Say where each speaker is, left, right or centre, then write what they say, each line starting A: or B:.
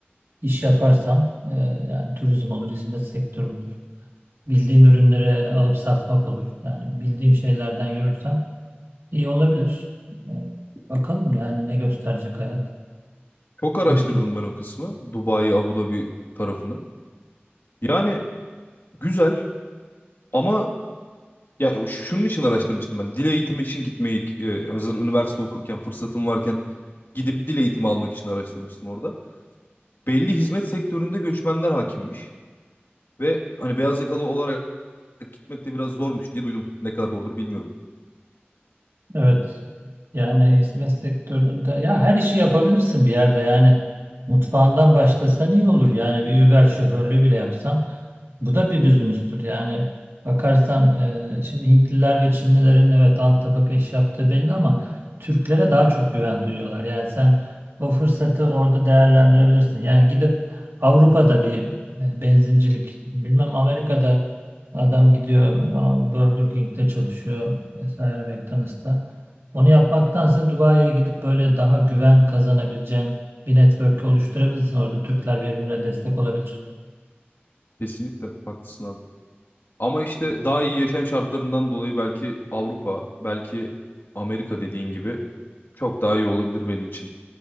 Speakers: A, on the right; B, on the left.
A: iş yaparsam e, yani turizm olur, hizmet sektörü olur. Bildiğim ürünleri alıp satmak olur. Yani bildiğim şeylerden yürürsem iyi olabilir. E, bakalım yani ne gösterecek hayat.
B: Çok araştırdım
A: Göreceğiz.
B: ben o kısmı. Dubai, Abu Dhabi tarafını. Yani güzel ama Ya o- şunun için araştırmıştım ben. Dil eğitimi için gitmeyi e, hazır üniversite okurken fırsatım varken gidip dil eğitimi almak için araştırmıştım orada. Belli hizmet sektöründe göçmenler hakimmiş ve hani beyaz yakalı olarak gitmek de biraz zormuş diye duydum. Ne kadar doğrudur bilmiyorum.
A: Evet. Yani hizmet sektöründe ya her işi yapabilirsin bir yerde yani mutfağından başlasan iyi olur yani bir Uber şoförlüğü bile yapsan bu da bir business'tür yani bakarsan e, şimdi Hintliler ve Çinlilerin evet alt tabaka iş yaptığı belli ama Türklere daha çok güven duyuyorlar yani sen o fırsatı orada değerlendirebilirsin yani gidip Avrupa'da bir e, benzincilik bilmem Amerika'da adam gidiyor a, Burger King'de çalışıyor vesaire McDonald's'ta. Onu yapmaktansa Dubai'ye gidip böyle daha güven kazanabileceğin bir network oluşturabilirsin. Orada Türkler birbirine destek olabilir.
B: Kesinlikle haklısın abi. Ama işte daha iyi yaşam şartlarından dolayı belki Avrupa, belki Amerika dediğin gibi çok daha iyi olabilir benim için.